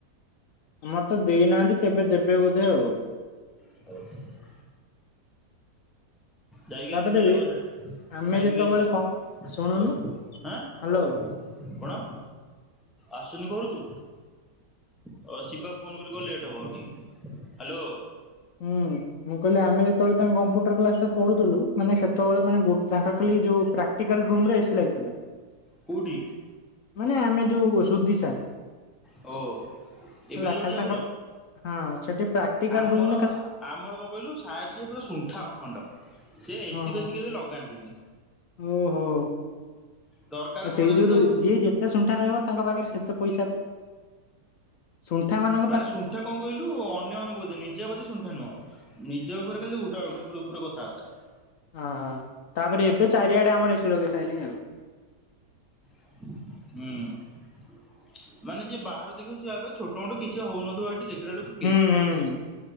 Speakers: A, on the left (about 65°); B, in the centre.
A: ମତେ ଦେଇନାହାନ୍ତି କେବେ ଦେବେ ବୋଧେ ଆଉ।
B: <unintelligible> ଯାଇକି
A: ତାପରେ
B: ସେ <unintelligible>
A: ବି ଆମେ
B: ଖାଇ
A: ଯେତେବେଳେ
B: ପିଇକି ଆସିବା।
A: କଣ ଶୁଣୁନୁ
B: ଆ,
A: ହ୍ୟାଲୋ।
B: ହଁ। କଣ ଆସୁଛନ୍ତି ଘରକୁ? ହ ଶିବା ଫୋନ୍ କରିକି କହ ଲେଟ୍ ହେବ। ହାଲୋ।
A: ହୁଁ। ମୁଁ କହିଲି ଆମେ ଯେତେବେଳେ ତାଙ୍କ କମ୍ପ୍ୟୁଟର କ୍ଲାସ ରେ ପଢୁଥିଲୁ ମାନେ ସେତେବେଳେ ମାନେ ତାଙ୍କର ଖାଲି ଯୋଉ ପ୍ରାକ୍ କାଲ୍ ରୁମରେ ଏସି ଲାଗିଥିଲା।
B: କୋଉଠି
A: ମାନେ ଆମେ ଯୋଉ ସୁୁଧିଶା
B: ଓ ଏବେ
A: ହେଲା
B: ଯୋଉଠି
A: ଖାଲି
B: ଯାଉଛ?
A: ତାଙ୍କ ହଁ ସେଠି ପ୍ରାଟିକାଲ୍
B: ଆମର
A: ରୁମ୍
B: ଆମର କଣ କହିଲୁ ସାର ଟିକେ ପୁରା ଶ ସୁଣ୍ଠା ଅଖଣ୍ଡ ସେ ଏସିି
A: ଓହୋ
B: ଫେସିି କେବେ ଲଗାନ୍ତିନି।
A: ଓହୋ।
B: ଦରକାର
A: ଆଉ
B: ପଡେନି
A: ସେଇ ଯୋଉ
B: ତ
A: ରୁ
B: ଆଉ।
A: ଯିଏ ଯେତେ ସୁଣ୍ଠା ରହିବ ତାଙ୍କ ପାଖରେ ସେତେ ପଇସା ହେବ। ଶୁଣ୍ଠା ମାନ
B: ମାନେ ଶୁଣ୍ଠା କଣ କହିଲୁ ଅନ୍ୟମାନାନଙ୍କୁ କୋ ନିଜା ବତି ସୁଣ୍ଠା ନୁହଁ। ନିଜ ଉପରେ ଖାଲି ଉଡ଼ା ଉଡି଼ ଉପୁରେ ଉପୁରେ କଥାଆର୍ତ୍ତା।
A: ଅହଁ, ତାପରେ ଏବେ ଚାରିଆଡେ ଆମର ଏସି ଲଗେଇ ସାଇଲେଇଁ ଆଉ।
B: ହୁଁ। ମାନେ ଯିଏ ବାହାରୁ ଦେଖିବ, ସିଏ ଭାବିବ ଛୋଟ ମୋଟ କିଛି ହଉନଥିବ ଏଠି, ଦେଖିଲାଳୁକୁ
A: ହୁଁ, ହୁଁ।